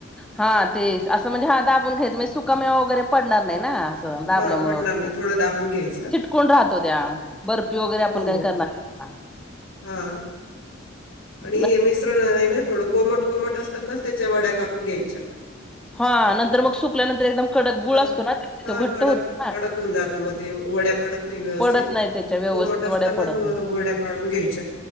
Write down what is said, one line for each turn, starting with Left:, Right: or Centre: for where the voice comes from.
Centre: हा तेच असं म्हणजे हा दाबून घ्यायचं म्हणजे सुका मेवा वगैरे पडणार नाही ना दाबल्यामुळे
Left: हा पडणार
Centre: वगैरे
Left: नाही थोडं दाबून घ्यायचं
Centre: चिटकून राहतो त्या बर्फी वगैरे आपण
Left: हो
Centre: काय करणार ह
Left: हा आणि
Centre: न-
Left: हे मिश्रण आहे ना थोडं कोमट कोमट असतानाच त्याच्या वड्या कापून घ्यायच्या
Centre: हा नंतर मग सुकल्यानंतर एकदम कडक गुळ
Left: हा
Centre: असतो ना
Left: हा
Centre: तो घट्ट
Left: कडक
Centre: होतो ना
Left: कडक होऊन जात मग ते वड्या पाडत नाही व्यवस्थित
Centre: पडत नाही त्याच्या
Left: ते
Centre: व्यवस्थित
Left: कोमट असताना
Centre: वड्या पडत नाहीत
Left: वड्या पाडून घ्यायच्या